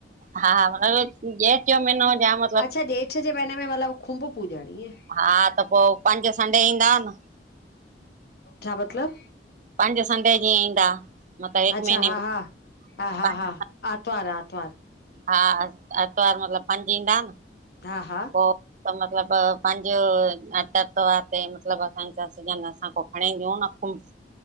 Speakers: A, on the right; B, on the left.
A: हा हा मत ॼेठ जो महीनो जाम
B: अच्छा ॼेठ जे महीने में मतलब खुंभ पूॼण, ईंअ?
A: हा त पो पंज संडे ईंदा आ न।
B: छा मतलब?
A: पंज संडे जीअं ईंदा। मतिलबु हिकु
B: अच्छा
A: महीने
B: हा
A: में
B: हा हा हा
A: पंज,
B: हा आरतवार, आरतवार।
A: हा आर्तवार मतलबु पंज ईंदा न।
B: हा हा।
A: पो त मतलबु पंजो आर्तवार ते मतिलबु असांजा सिजन असांखों पो हाणे घ न खुंम्ब। <unintelligible>